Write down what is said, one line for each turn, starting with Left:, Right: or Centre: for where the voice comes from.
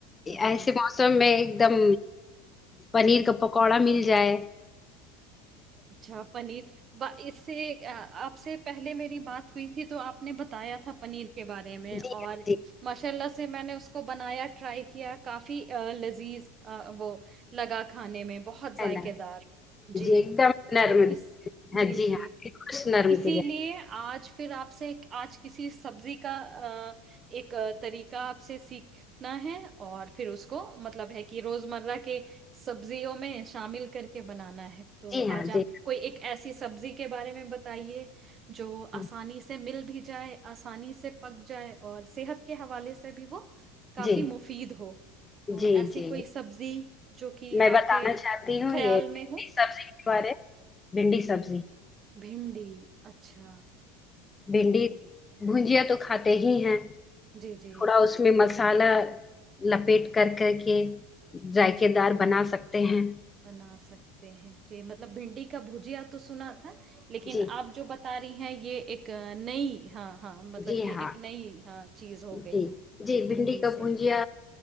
Right: جی
Left: ایسے موسم میں ایک دم پنیر کا پکوڑا مل جائے
Right: اچھا پنیر ب اس سے آپ سے پہلے میری بات ہوئی تھی تو آپ نے بتایا تھا پنیر کے بارے میں
Left: جی
Right: اور
Left: جی
Right: ماشاء اللہ سے میں نے اس کو اس کو بنایا ٹرائی کیا کافی لذیذ وہ لگا کھانے میں بہت ذائقے
Left: ہے نا
Right: دار جی
Left: ایک دم
Right: تو
Left: نرم
Right: اس
Left: ہاں
Right: جی جی
Left: ہاں خوش
Right: تو
Left: نرم
Right: اسی
Left: کے ج
Right: لیے آج پھر آپ سے آج کسی سبزی کا ایک طریقہ آپ سے سیکھنا ہے اور پھر اس کو مطلب ہے کہ روز مرہ کے سبزیوں میں شامل کر کے بنانا ہے ہے تو
Left: جی ہاں
Right: آج آپ
Left: جی
Right: کوئی ایک ایسی سبزی کے بارے میں بتائیے جو
Left: ہاں،
Right: آسانی سے مل بھی جائے آسانی سے پک جائے اور صحت کے حوالے سے بھی وہ کافی
Left: جی
Right: مفید ہو تو
Left: جی
Right: ایسی
Left: جی
Right: کوئی سبزی جو کہ
Left: میں بتانا
Right: آپ کے
Left: چاہتی ہوں
Right: خیال
Left: یہ
Right: میں
Left: بھنڈی
Right: ہوں
Left: سبزی کیے بھنڈی سبزی
Right: بھنڈی اچھا
Left: بھڈی
Right: بھنڈی
Left: بھجیا تو کھاتے ہی ہیں
Right: جی، جی،
Left: تھوڑا اس میں مس مسالا لپیٹ کر کر کے ذائقے
Right: اچھا
Left: دار بنا سکتے ہیں
Right: بنا سکتے ہیں جی مطلب بھنڈی کا بھجیا تو سنا تھا لیکن
Left: جی
Right: آپ جو بتا تاری ہیں یہ ایک نئی ہاں ہاں مطلب
Left: جی
Right: یہ
Left: ہاں
Right: ایک نئی ہاں چیز ہو گئی
Left: جی جی
Right: بھنڈی
Left: کا
Right: سے
Left: بھجیا